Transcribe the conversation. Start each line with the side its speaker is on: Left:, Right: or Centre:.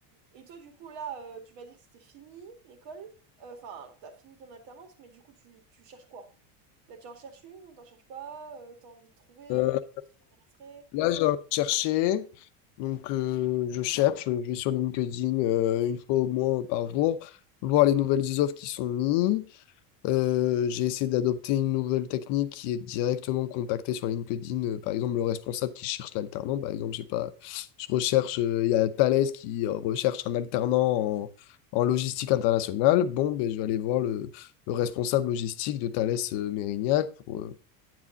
Right: Et toi, du coup, là, euh, tu m'as dit que c'était fini l'école. Euh, Enfin, t'as fini ton alternance, mais du coup, tu, tu cherches quoi? Là, tu en cherches une ou t'en cherches pas? Euh, t'as envie de trouver?
Left: Euh,
Right: Il y a quelque chose qui t'intéresserait?
Left: là, j'ai envie de chercher. Donc, euh, je cherche, je vais sur LinkedIn euh, une fois au moins par jour, voir les nouvelles offres qui sont mises. Euh, j'ai essayé d'adopter une nouvelle technique qui est directement contacter sur LinkedIn, euh, par exemple, le responsable qui cherche l'alternant. Par exemple, j'ai pas, je recherche, euh, il y a Thales qui euh, recherche un alternant en, en logistique internationale. Bon, ben, je vais aller voir le, le responsable logistique de Thales euh, Mérignac pour, euh,